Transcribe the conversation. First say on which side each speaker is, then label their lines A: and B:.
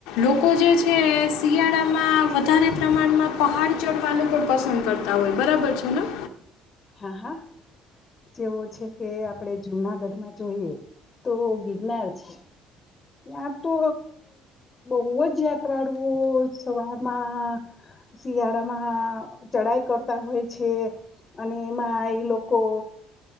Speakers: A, on the left; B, on the left.
A: લોકો જે છે એ શિયાળામાં વધારે પ્રમાણમાં પહાડ ચઢવાનું પણ પસંદ કરતા હોય બરાબર છે ને.
B: હા હા જેવો છે કે આપણે જુનાગઢમાં જોઈએ તો ગિરનાર છે ત્યાં તો બહુ જ યાત્રાળુઓ સવારમાં શિયાળામાં ચઢાઈ કરતા હોય છે અને એમાં એ લોકો